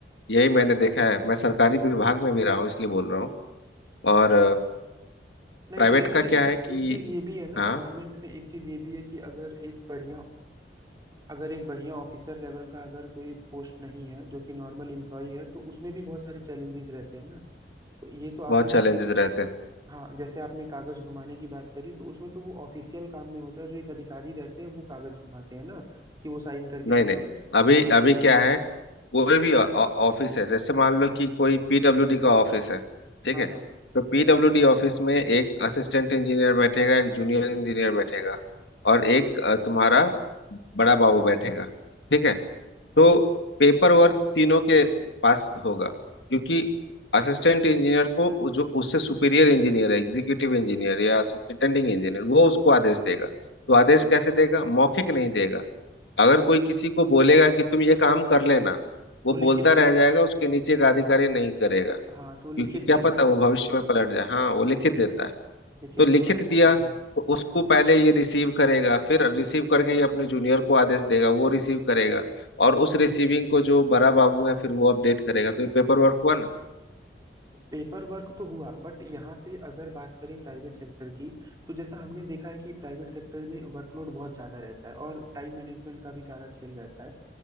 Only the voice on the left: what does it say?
यही मैंने देखा है मैं सरकारी विभाग में भी रहा हूँ इसलिए बोल रहा हूँ और
प्राइवेट
का
क्या है कि
हाँ
बहुत चैलेंजेस
रहते हैं
नहीं
नहीं
अभी अभी क्या है कोई भी ऑ- ऑ- ऑफिस है जैसे मान लो कि कोई पीडब्ल्यूडी का ऑफिस है ठीक
है
तो पीडब्ल्यूडी ऑफिस में एक असिस्टेंट इंजीनियर बैठेगा एक जूनियर इंजीनियर बैठेगा और एक अ, तुम्हारा बड़ा बाबू बैठेगा ठीक है तो पेपर वर्क तीनों के पास होगा क्योंकि असिस्टेंट इंजीनियर को वो जो उससे सुपीरियर इंजीनियर है एग्जीक्यूटिव इंजीनियर या सुपरिटेंडिंग इंजीनियर वो उसको आदेश देगा तो आदेश कैसे देगा मौखिक नहीं देगा अगर कोई किसी को बोलेगा कि तुम ये काम कर लेना वो
बोलता
रह जाएगा उसके नीचे का अधिकारी नहीं करेगा
क्योंकि क्या
पता
वो भविष्य
में पलट जाए हाँ वो लिखित देता है
तो लिखित
दिया
तो उसको पहले ये रिसीव करेगा फिर रिसीव करके ये अपने जूनियर को आदेश देगा वो रिसीव करेगा और उस
रिसीविंग
को जो बड़ा बाबू है फिर वो अपडेट करेगा तो ये पेपर वर्क हुआ ना